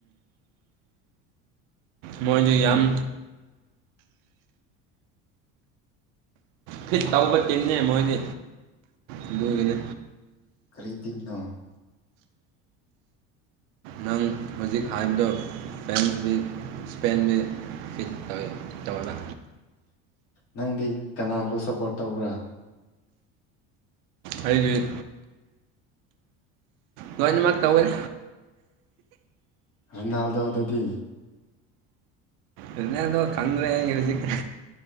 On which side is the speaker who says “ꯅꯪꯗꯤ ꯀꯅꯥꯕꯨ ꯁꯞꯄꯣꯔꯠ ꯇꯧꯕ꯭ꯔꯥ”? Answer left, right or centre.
Left